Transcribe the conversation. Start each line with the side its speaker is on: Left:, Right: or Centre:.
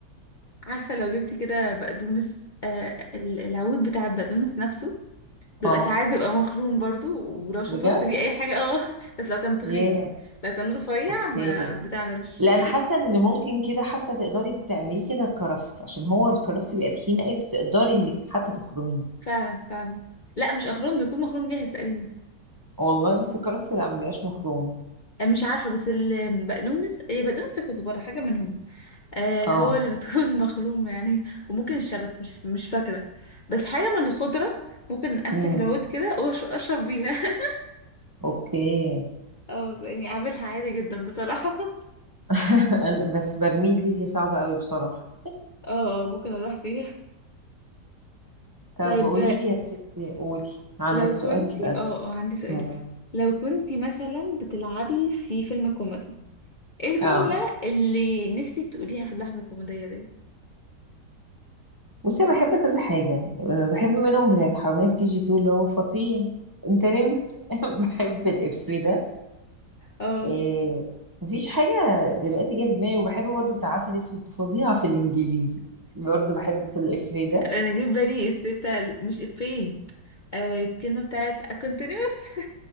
Left: عارفه لو جبتي كده بقدونس آه ال- العود بتاع البقدونس نفسه بيبقى
Right: اه
Left: ساعات بيبقى مخروم برضو ولو شفطت
Right: بجد؟
Left: بيه اي حاجه اه <laughs> بس لو كان تخين
Right: ياه
Left: لو كان رفيع
Right: اوكي
Left: ما بتعملش
Right: لا انا حاسه ان ممكن كده حتى تقدري تعمليه كده الكرفس عشان هو الكرفس بيبقى تخين قوي فتقدري انك حتى تخرميه
Left: فعلا فعلا لا مش اخروم بيكون مخروم جاهز تقريبا
Right: والله بس الكرفس لا ما بيبقاش مخروم
Left: آه، مش عارفه بس البقدونس هي بقدونس كزبره حاجه منهم آه
Right: اه
Left: هو اللي بتكون <laughs> مخروم يعني وممكن الشبت مش مش فاكرة بس حاجة من الخضرة ممكن أمسك
Right: امم
Left: العود كده وأش- وأشرب بيها <laughs>
Right: اوكي
Left: اه يعني أعملها عادي جدا بصراحة <laughs>
Right: <laughs> بس برميل دي صعبه قوي بصراحه
Left: اه آه، ممكن اروح فيها
Right: طب
Left: طيب
Right: قولي لي يا ستي قولي عندك
Left: لو
Right: سؤال
Left: كنتي
Right: اسال
Left: اه اه عندي سؤال
Right: مم.
Left: لو كنتي مثلا بتلعبي في فيلم كوميدي ايه الجملة
Right: اه
Left: اللي نفسك تقوليها في اللحظة الكوميدية ديت
Right: بصي بحب كذا حاجه بحب منهم بتاعت حرامية في كي جي 2 اللي هو فطين انت نمت <laughs> بحب الإف ده
Left: اه
Right: إيه مفيش حاجة دلوقتي جاية في دماغي وبحب برضو بتاع عسل اسود فظيعة في الانجليزي برضو بحب في الافيه ده
Left: انا جيت بالي افيه بتاع مش افيه آه الكلمة بتاعت continuous